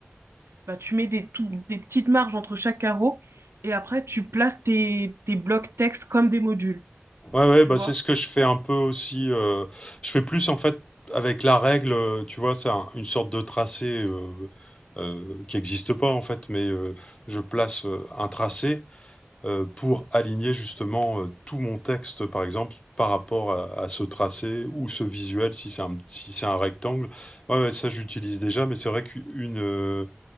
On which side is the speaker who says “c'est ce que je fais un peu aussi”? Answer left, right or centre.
Left